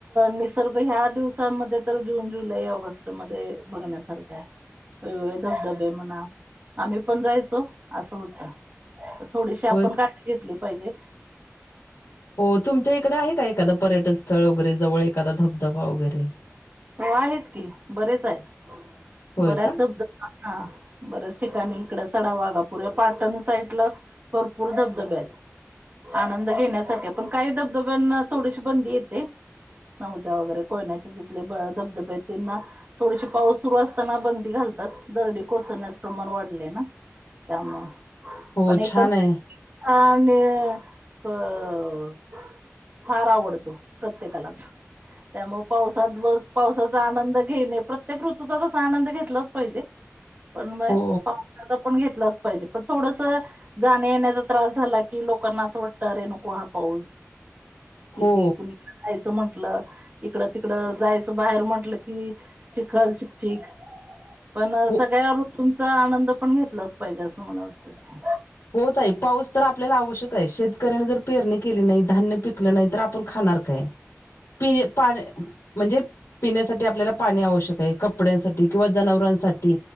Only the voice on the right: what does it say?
निसर्ग ह्या दिवसामध्ये तर. जून, जुलै, ऑगस्टमध्ये बगन्यासारकाय. वेगवेगळे धबधबे म्हणा, आम्ही पण जायचो. असं होतं. थोडीशी आपण
काय घेतली पाहिजे.
हो आहेत की बरेच आहेत
बऱ्याच.
हा बर्याच ठिकाणी इकड सडा वाघापूर या पाटण साईडला. भरपूर धबधबे आहेत. आनंद घेण्यासख पण काही धबधब्यांना थोडीशी बंदी येते. न उजा वगैरे कोयनाच्या तिथले धबधबेतीलंना थोडीशी पाऊस सुरू असताना बंदी घालतात दर्डी कोसळण्यास प्रमाण वाढले ना. त्यामुळेग
पण एकंद.
आणि बर. फार आवडतो प्रत्येकालाच त्यामुळे पाऊस. वातवस पावसाचा आनंद घेणे प्रत्येक ऋतूचा कसा आनंद घेतलाच पाहिजे पण म
पाडचा पण घेतलाच पाहिजे पण थोडस. जाण्या येण्याचा त्रास झाला की लोकांना असं वाटत अरे नको हा पाऊस. किती
कुणी जायचं म्हंटलं इकड त. इकड जायच बाहेर म्हंटलं की चिखल चिक चिक पण
सगळ्यावर तुमचा आनंद पण घेतलाच पाहिजे असं मला वाटत.